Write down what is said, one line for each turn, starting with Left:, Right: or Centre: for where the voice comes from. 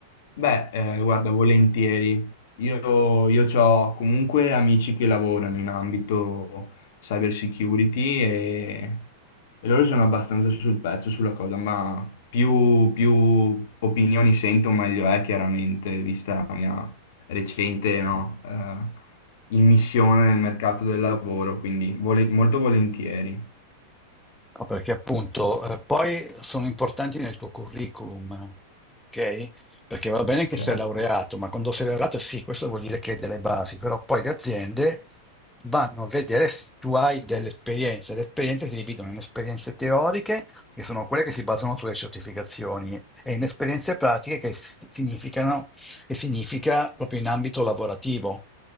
Left: Beh, eh, guarda, volentieri. Io, io ho comunque amici che lavorano in ambito cyber security e, e loro sono abbastanza sul pezzo sulla cosa, ma più, più opinioni sento, meglio è chiaramente, vista la mia recente, no, eh, immissione nel mercato del lavoro, quindi vole- molto volentieri.
Centre: No, perché appunto eh, poi sono importanti nel tuo curriculum, ok? Perché va bene che
Left: Certo.
Centre: sei laureato, ma quando sei laureato sì, questo vuol dire che hai delle basi, però poi le aziende vanno a vedere se tu hai delle esperienze. Le esperienze si dividono in esperienze teoriche, che sono quelle che si basano sulle certificazioni, e in esperienze pratiche che s- significano, che significa proprio in ambito lavorativo.